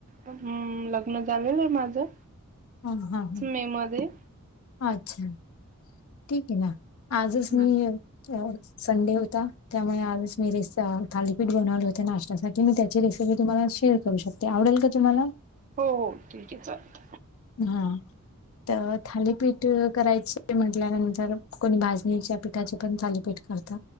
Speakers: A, on the right (about 35°); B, on the left (about 65°).
A: हम्म. लग्न झालेलं आहे माझं.
B: हम्म हम्म.
A: मी मध्ये
B: अच्छा. ठीक आहे ना. आजच
A: हो
B: मी संडे होता त्यामुळे आजच मी रेस थालीपीठ बनवलं होतय नाष्टासाठी मी त्याची रेसिपी तुम्हाला शेअर करू शकते, आवडेल का तुम्हाला?
A: हो ठीक आहे चालत
B: हा. तर थाली पीठ करायच म्हटल्यानंतर कोणी भाजणीच्या पीठाचे पण थालीपीठ करत.